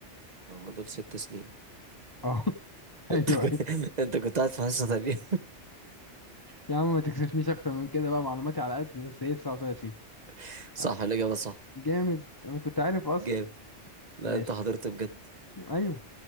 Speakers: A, on the right; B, on the left.
A: ما هم دول ست سنين
B: اه <laughs>
A: <laughs>
B: ايوه
A: انت كنت
B: ايوه
A: انت كنت قاعد في حصة تانية
B: يا عم ما تكسفنيش اكتر من كده بقى معلوماتي على قد بس هي 39
A: <laughs> صح
B: آه،
A: الإجابة صح
B: جامد انا كنت عارف اصلا
A: جامد لا
B: ماشي
A: انت حضرت بجد
B: ايوه